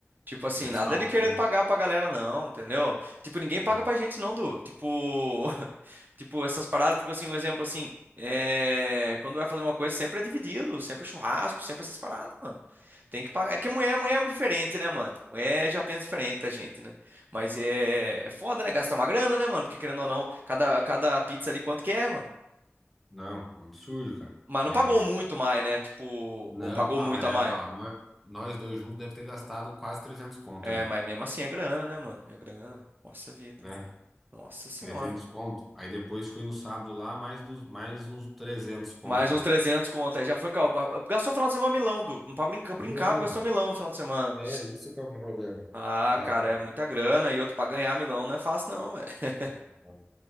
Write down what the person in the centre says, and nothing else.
mais
fácil,
né?
É.
Não, um absurdo, cara.
É,
não,
ah,
mas né,
ó, nó- nós dois juntos deve ter gastado quase 300 conto
ali,
né?
trezentos conto. Aí depois fui no sábado lá, mais, dos, mais uns 300 conto
lá.
Milão,
velho.
É, isso que é o meu problema.
Ah,
tá
bom.
tá bom.